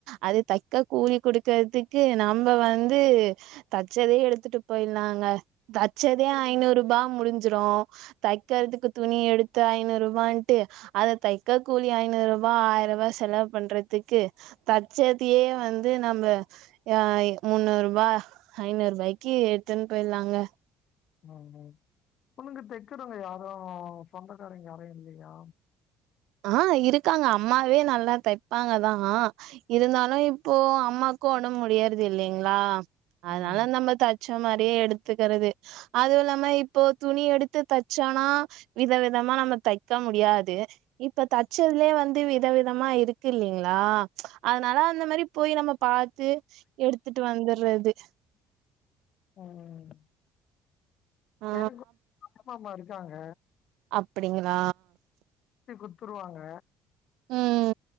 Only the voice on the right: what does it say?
அத தைக்க கூலி குடுக்குறதுக்கு நம்ப வந்து தச்சதே எடுத்துட்டு போயிர்லாங்க தச்சதே ஐநூறு ருபா முடிஞ்சுரு தைக்கறதுக்கு துணி எடு இது ஐநூறு ரூபான்ட்டு அத தைக்க கூலி ஐநூறு ரூபா ஆயிரம் ரூபா செலவு பண்றதுக்கு தச்சதையே வந்து நம்ம ஆ முன்னூறு ரூபா ஐநூறு ரூபாய்க்கு எடுத்துன்னு போயிரலாங்க
ஆ இருக்காங்க அம்மாவே நல்லா தைப்பாங்க தா இருந்தாலு இப்போ அம்மாக்கு உடம்பு முடியிறது இல்லைங்களா அதனால
நம்ம தச் ச்ச மாரியே எடுத்துக்குறது அதுவு இல்லாம இப்போ துணி எடுத்து தச்சோனா வித விதமா நம்ம தைக்க முடியாது இப்ப தச்சதுலே வந்து விதவிதமா இருக்கு இல்லைங்களா அதனால அந்த மாரி போய் நம்ம பாத்து எடுத்துட்டு வந்துறது
ஆ
அப்படிங்களா
உம்